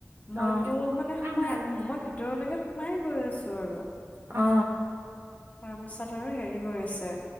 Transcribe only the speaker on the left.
মইতো মানে সোমাই
মই ভিতৰলেকে সোমাইয়েই গৈ আছো আৰু
তাৰপাছত আৰু হেৰি কৰিছে।